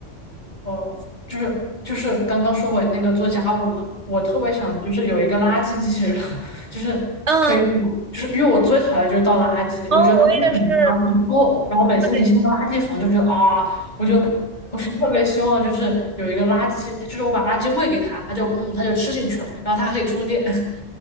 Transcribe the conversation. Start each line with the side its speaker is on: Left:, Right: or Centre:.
Left: 哦，就是就是刚刚说回那个做家务嘛，我特别想就是有一个垃圾机器人，<laughs> 就是
Right: 嗯，
Left: 就是因为我最讨厌就是倒垃圾，
Right: 哦，
Left: 我觉得垃圾很不够，
Right: 我也是。
Left: 然后每次你进那个垃圾房就觉得啊，
Right: 对。
Left: 我就我是特别希望就是有一个垃圾，就是我把垃圾喂给他，他就嗯他就吃进去了，然后他还可以充电。<laughs>